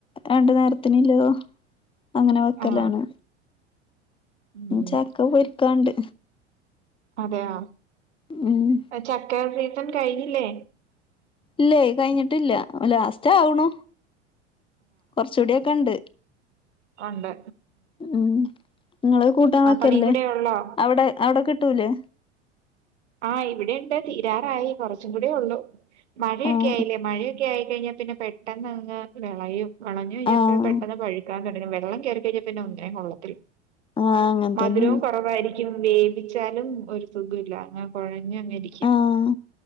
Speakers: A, on the left; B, on the right.
A: രണ്ടു നേരത്തിനില്ലോ അങ്ങനെ വെക്കല്ലാണ്
B: ആ ഉം
A: ചക്ക പൊരിക്കാണ്ട്
B: അതെയ
A: ഉം
B: ചക്കെടെ സീസൺ കഴിഞ്ഞില്ലേ
A: ഇല്ല കഴിഞ്ഞിട്ടില്ല ലാസ്റ്റ് ആകണു കൊറച്ചുകൂടിക്കെ ഇണ്ട്
B: ഒണ്ട്
A: ഉം നിങ്ങള് കൂട്ടാൻ
B: ആ
A: വെക്കല്ലേ
B: പണിയും കൂടെ ഉള്ളോ
A: അവിടെ അവിടെ കിട്ടൂലേ
B: ആ ഇവിടെയുണ്ട് തീരാറായി കുറച്ചും കൂടെ ഉള്ളൂ മഴയൊക്കെ
A: ആഹ്
B: ആയില്ലേ മഴയൊക്കെ ക്കെ ആയി കഴിഞ്ഞാൽ പിന്നെ പെട്ടെന്ന്അങ്ങ് വിളയും വിളഞ് കഴിഞാൽ
A: ആഹ്
B: പിന്നെ പെട്ടെന്ന് പഴുക്കാൻ തുടങ്ങും പിന്നെം വെള്ളം കേറി കഴിഞ്ഞാ പിന്നെ ഒന്നിനും കൊള്ളത്തില്ല
A: ആ അങ്ങനെ
B: മധുരവും
A: തന്നെയാണ്
B: കുറവായിരിക്കും വേവിച്ചാലും ഒരു സുഖഇല്ല ഇങ്ങനെ കുഴഞ് ഞ് ങ്ങരിക്കും
A: ആഹ്